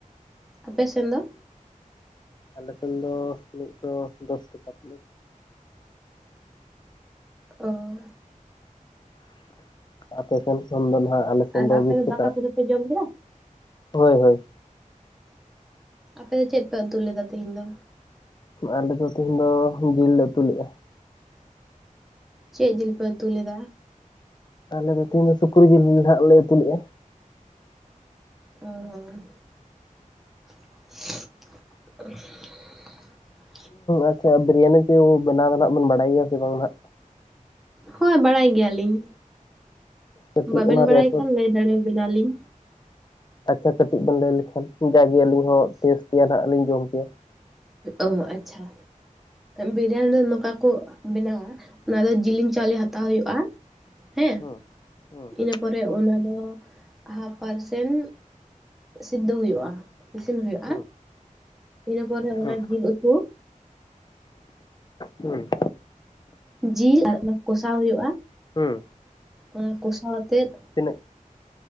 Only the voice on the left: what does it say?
ᱦᱩᱸ
ᱟᱯᱮᱥᱮᱱ,
ᱟᱞᱮ ᱥᱮᱱ ᱫᱚ ᱢᱤᱫᱥᱚ ᱫᱚᱥ ᱴᱟᱠᱟ ᱯᱮᱞᱮᱴ᱾
ᱟᱯᱮ ᱥᱮᱱ ᱠᱷᱚᱱ ᱫᱚ ᱱᱟᱜ ᱟᱞᱮ ᱥᱮᱱ
ᱫᱚ
ᱵᱤᱥ ᱴᱟᱠᱟ
ᱦᱳᱭ ᱦᱳᱭ᱾
ᱟᱞᱮ ᱫᱚ ᱛᱮᱦᱮᱧ ᱫᱚ ᱡᱤᱞ ᱞᱮ ᱩᱛᱩ ᱞᱮᱜᱼᱟ᱾
ᱟᱞᱮ ᱫᱚ ᱛᱮᱦᱮᱧ ᱫᱚ ᱥᱩᱠᱨᱤ ᱡᱤᱞ ᱦᱟᱜ ᱞᱮ ᱩᱛᱩ ᱞᱮᱫᱼᱟ᱾
ᱟᱪᱪᱷᱟ ᱵᱤᱨᱤᱭᱟᱱᱤ ᱠᱚ ᱵᱮᱱᱟᱣ ᱫᱚ ᱦᱟᱸᱜ ᱵᱤᱱ ᱵᱟᱰᱟᱭ ᱜᱮᱭᱟ ᱥᱮ ᱵᱟᱝ ᱱᱟᱜ?
ᱠᱟᱹᱴᱤᱡ
ᱚᱱᱟ ᱨᱮᱭᱟᱜ
ᱯᱨᱚᱥ
ᱟᱪᱪᱷᱟ ᱠᱟᱹᱴᱤᱡ ᱵᱮᱱ ᱞᱟᱹᱭ ᱞᱮᱠᱷᱟᱱ ᱡᱟᱜᱮ ᱟᱹᱞᱤᱧ ᱦᱚᱸ ᱴᱮᱥᱴ ᱠᱮᱭᱟ ᱱᱟᱸᱜ ᱞᱤᱧ ᱡᱚᱢ ᱠᱮᱭᱟ᱾
ᱦᱩᱸ ᱦᱩᱸ
ᱦᱩᱸ᱾
ᱦᱩᱸ
ᱦᱩᱸ᱾
ᱦᱩᱸ᱾
ᱛᱤᱱᱟᱹᱜ